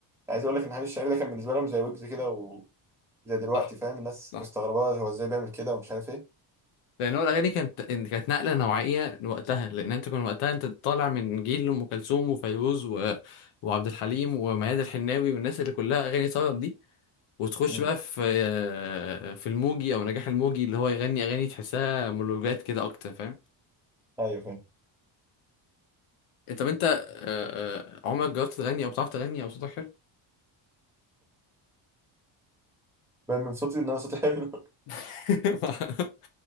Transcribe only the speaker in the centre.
عايز اقول لك ان حميد الشاعري ده كان بالنسبه لهم زي ويجز كده زي دلوقتي
فاهم الناس
مستغربة هو ازاي بيعمل كده ومش عارف ايه
امم
ايوه فاهم
باين من صوتي ان انا صوتي حلو <laughs>